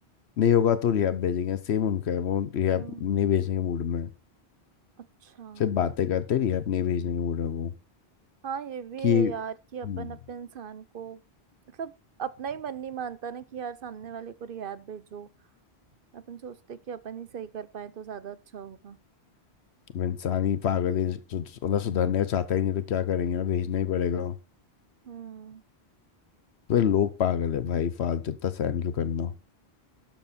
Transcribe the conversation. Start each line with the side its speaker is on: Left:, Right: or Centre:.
Left: नहीं होगा तो रिहा भेजेंगे सेम उनका है वो रिहा
Right: हम्म
Left: नहीं भेजने के मूड में
Right: अच्छा
Left: सिर्फ बातें करते रिहा नहीं भेजने के मूड में वो
Right: हाँ ये भी
Left: कि
Right: है यार
Left: हम्म।
Right: कि अपन अपने इंसान को मतलब अपना ही मन नहीं मानता ना कि यार सामने वाले को रिहैब भेजो अपन सोचते कि अपन ही सही कर पाए तो ज्यादा अच्छा होगा
Left: अब इंसान ही पागल है सु- मतलब सुधरने चाहता ही नहीं तो क्या करेंगे ना भेजना ही पड़ेगा
Right: हम्म
Left: तो ये लोग पागल है भाई फालतू इतना सहन क्यों करना